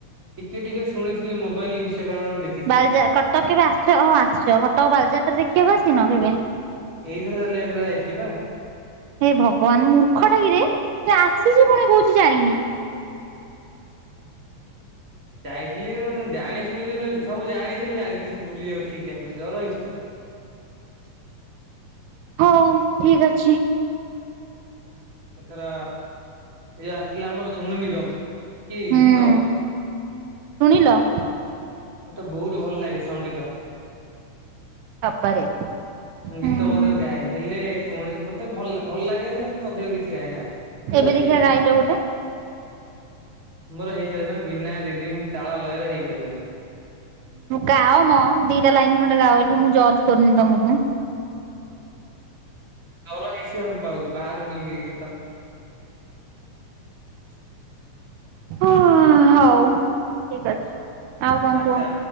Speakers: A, on the right; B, on the right.
A: ଟିକେ ଟିକେ ଶୁଣିଥିଲି, ମୋବାଇଲ ଇନଷ୍ଟାଗ୍ରାମରେ ମୁଦେ।
B: ବାଲଯାତ କଟକ କେବେ ଆସ ଆସିଛ, ହଁ ଆସିଛ କଟକ ବାଲିଯାତ୍ରା ଦେଖିବାକୁ ଆସିନ କେବେ?
A: ଏଇଥର ବାଲିଯାତ୍ରା ଯାଇଥିଲି ପା।
B: ହେ ଭଗବାନ ମୂର୍ଖ ଟା କିରେ, ଆସିଛି ପୁଣି କହୁଛି ଜାଣିନି।
A: ଯାଇଥିଲି ଜାଣି ଶୁଣିକି ସବୁ ଜାଣିଥିଲେ, ଜାଣିି ଭୁଲି ଯାଉ ଠିକ ଟାଇମ ରେ ଜର ହେଇଛି ତ।
B: ହଉ ଠିକ ଅଛି।
A: ଏଥର ଏ ଜୋଉ ଆସିଥିଲା ଆମର ସୋନୁ ନିଗମ କି
B: ହୁଁ
A: ଗୀତ।
B: ଶୁଣିଲ?
A: ମତେ ବହୁତ ଭଲ ଲାଗେ ସଙ୍ଗୀତ।
B: ବାବାରେ
A: ମୁଁ ଗୀତ
B: ହୁଁ
A: ମଧ୍ୟ
B: ହୁଁ
A: ଗାଏ, ହେଲେ କୌଣସି ମତେ ଭଲ ଭଲ ଲାଗେ ହେଲେ ମୁଁ ଅଧିକ କିଛି ଗାଏନି ଆଉ। କିନ୍ତୁ
B: ଏବେ
A: ଗାଇଦିଏ
B: ଦେଖିବା ଗାଇଲ ଗୋଟେ?
A: ମୋର ହେଇପାରିବନି ବିନା ରିଡିମ ତାଳ ଲୟ ରେ ହେଇପାରିବନି।
B: ଗାଅ ମ ଦିଟା ଲାଇନ୍ ଖଣ୍ଡେ ଗାଅ ଏଠି ମୁଁ ଜଜ କରୁନି ତମୁକୁ।
A: <unintelligible> ବାହାରୁନି ଗୀତ।
B: ହଁ, ହଉ ଠିକ ଅଛି। ଆଉ କଣ
A: ଆଚ୍ଛା,
B: କୁହ?